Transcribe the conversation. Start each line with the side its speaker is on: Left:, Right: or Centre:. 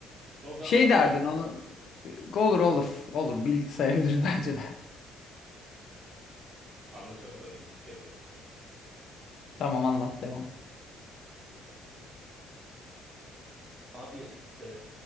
Right: soda
Left: şey
Right: aç.
Left: derdin onu. e, Olur olur. Olur. Bildik sayabiliriz <laughs> bence de.
Right: Anlatamaz onu ikinci kelimeyi.
Left: Tamam anlat devam.
Right: Abi e,